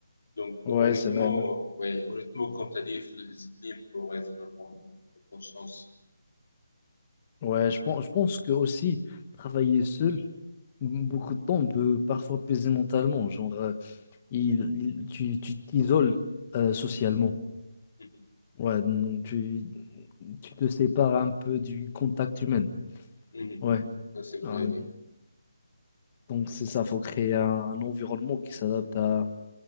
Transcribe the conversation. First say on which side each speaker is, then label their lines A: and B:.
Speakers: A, on the left; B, on the left.
A: Donc,
B: Ouais,
A: euh, honnêtement,
B: c'est vrai.
A: ouais, honnêtement, comme tu as dit, il faut de la discipline pour être dans le bon, dans le bon sens.
B: Ouais, je pense, je pense que aussi travailler seul beaucoup de temps peut parfois peser mentalement. Genre, euh, il, il- tu, tu t'isoles euh, socialement.
A: Mhm.
B: Ouais, donc tu, tu te sépares un peu du contact humain.
A: Mhm.
B: Ouais.
A: Ça, c'est
B: Ah,
A: vrai, oui.
B: donc c'est ça, faut créer un, un environnement qui s'adapte à,